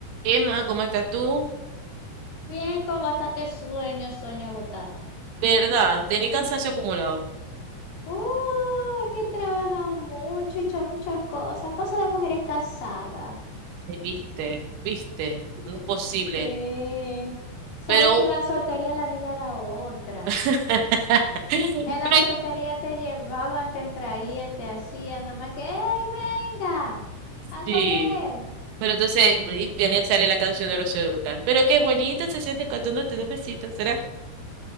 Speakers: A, on the right (about 70°); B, on the left (about 55°).
A: Emma, ¿cómo estás tú?
B: Bien, con bastante sueño, sueño agotada.
A: ¿Verdad? Tenía cansancio acumulado.
B: Uy, es que he trabajado mucho, he hecho muchas cosas, cosas de mujeres casadas.
A: Eh, Viste, viste, no es posible.
B: Sí. Sabes
A: Pero,
B: que en la soltería la vida era otra.
A: <laughs>
B: En la
A: pero
B: soltería te llevaban, te traían, te hacían, nada más que, ¡hey, venga! A
A: sí.
B: comer. <laughs>
A: Pero entonces, y viene sale la canción de Rocío Dúrcal. Pero qué bonita se siente cuando te da un besito, ¿será?